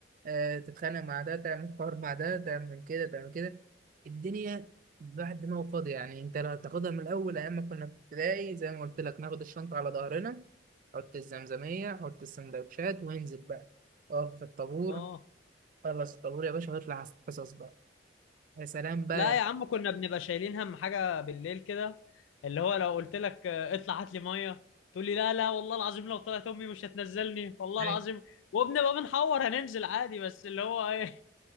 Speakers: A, on the right (about 45°); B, on the left (about 90°).
A: آه تتخانق مع ده تعمل حوار مع ده تعمل كده تعمل كده الدنيا بعد ما هو فاضي يعني انت لو تاخدها من الاول ايام ما كنا في ابتدائي زي ما قلت لك ناخد الشنطه على ظهرنا حط الزمزميه حط السندوتشات وانزل بقى اقف في الطابور
B: آه
A: خلص الطابور يا باشا واطلع على الحصص بقى يا سلام بقى
B: لا يا عم كنا بنبقى شايلين هم حاجة بالليل كده اللي هو لو قلت لك آه، اطلع هات لي مية تقول لي لا لا والله العظيم لو طلعت امي مش هتنزلني والله
A: أي-
B: العظيم وبنبقى بنحور هننزل عادي بس اللي هو ايه